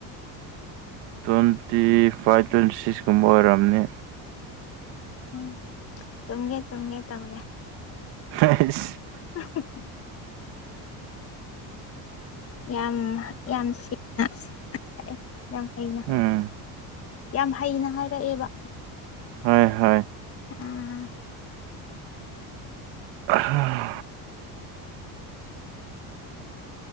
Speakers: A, on the right (about 80°); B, on the left (about 35°).
A: ꯇ꯭ꯋꯦꯟꯇꯤ ꯐꯥꯏꯚ ꯇ꯭ꯋꯦꯟꯇꯤ ꯁꯤꯛꯁ ꯀꯨꯝꯕ ꯑꯣꯏꯔꯝꯅꯤ
B: ꯎꯝ ꯆꯨꯝꯒꯦ ꯆꯨꯝꯒꯦ ꯇꯧꯔꯦ
A: ꯍꯩꯁ
B: <unintelligible> ꯌꯥꯝ ꯌꯥꯝ <unintelligible> ꯌꯥꯝ ꯍꯩꯅ
A: ꯎꯝ
B: ꯌꯥꯝ ꯍꯩꯅ ꯍꯥꯏꯔꯛꯑꯦꯕ
A: ꯍꯣꯏ ꯍꯣꯏ
B: ꯑꯥ
A: ꯑꯍꯥ